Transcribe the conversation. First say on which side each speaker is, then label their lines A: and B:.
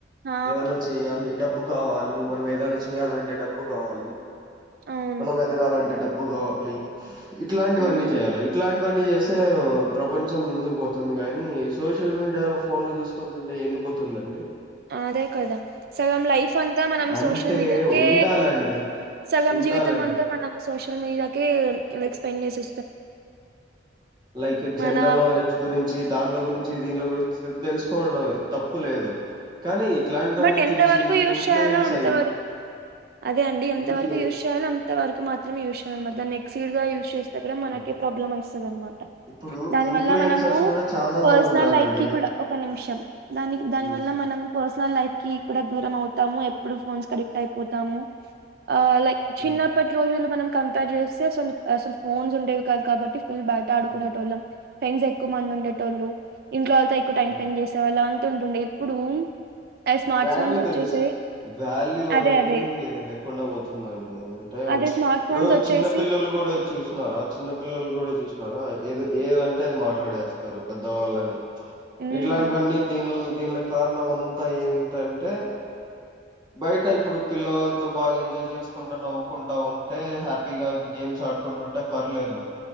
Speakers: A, on the right (about 55°); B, on the right (about 25°).
A: ఆ
B: ఏదన్నా చేయాలి డబ్బు కావాలి మనం ఏదైనా చేయాలంటే డబ్బు కావాలి
A: అవును
B: మనం ఎదగాలంటే డబ్బు బ్బు కోవాలి ఇట్లాంటివన్నీ
A: హ్మ్
B: చేయాల ఇట్లాంటి ఇవన్న చేస్తే ప్రపంచం ముందుకు పోతుంది కాగానీ సోషల్ మీడియా లో ఫోన్ లో చూసుకు చకుంటుంటే ఎందుపోతుందండి
A: అదే కదా సగం లైఫ్ అంతా మనం
B: అంటే
A: సోషల్ మీడియాకే
B: ఉండాలండి
A: సగం
B: ఉండాలండి
A: జీవితం అంతా మనం సోషల్ మీడియాకిక్ స్పెండ్ చేసే
B: లైక్ జనరల్
A: మన
B: నాలెడ్జ్ గురించి దాంట్లో గురించి దీనిలో గురించి తెలుసుకోడవే తప్పు లేదు కానీ ఇట్లాంటివన్నీ
A: బట్ ఎంత
B: చూసి
A: వరకు యూజ్
B: ఇన్ఫ్లుయెన్స్
A: చేయాలో అంతవరకు
B: అయ్యి
A: అదే అండింతరకు
B: ఇన్ఫ్లు
A: యూజ్ చేయాలో అంతరకు మాత్రమే యూజ్ చేయాల అనమాట దా నెక్స్ట్ సీడ్ గ యూజ్ చేస్తేక్కడ మనకి
B: మ్మ్
A: ప్రాబ్లమ్ అయిస్తుంది అనమాట
B: ఇప్పుడు
A: దాని
B: ఇన్ఫ్లుయెన్సర్స్
A: వల్ల మనము
B: కూడా చాలా
A: పర్సనల్
B: మంది ఉన్నారండి
A: లైఫ్ కి కూడా ఒక నిమిషం దాని దాని
B: మ్మ్
A: వల్ మనం పర్సనల్ లైఫ్ కి కూడా దూరం అవుతాము ఎప్పుడు ఫోన్స్ క అడిక్ట్ అయిపోతాము లైక్ చిన్నప్పటి
B: మ్మ్
A: రోజుల్లో మనం కంపేర్ చేస్తే అసలు అసలు ఫోన్స్ ఉండేవి కాదు కాబట్టి బయట ఆడుకునేట
B: మ్మ్
A: వాళ్ళం ఫ్రెంస్ ఎక్కువ మంది ఉండేటోళ్ళు ఇంట్ వాళ్ల ఎక్వ టైం
B: మ్మ్
A: స్పెండ్ చేసేవాళ్ళం టుండయి ఇప్పుడు స్మార్ట్
B: వాల్యూ
A: ఫోన్స్ వచ్చేసాయి
B: తెలుసు వాల్యూ అనేది
A: అదే అదే
B: లేకుండా పోతుందండి అంటే
A: అదే
B: ఇప్పుడు
A: స్మార్ట్ ఫోన్స్ వచ్చేసి
B: చిన్న పిల్లలు కూడా చూసినారా చిన్న పిల్లలు కూడా చూస్తున్నారా ఏద ఏదంటే అది మాట్లాడేస్తారు పెద్దవాళ్ళని
A: హ్మ్.
B: ఇట్లాంటివన్నీ దీని దీని కారణం అంతా ఏంటంటే బయట ఇప్పుడు పిల్లవాళ్ళతో బాగా ఎంజాయ్ చేసుకుంటా నవ్వుకుంటా ఉంటే హ్యాపీగా గేమ్ ఆడుకుంటుంటే పర్లేదు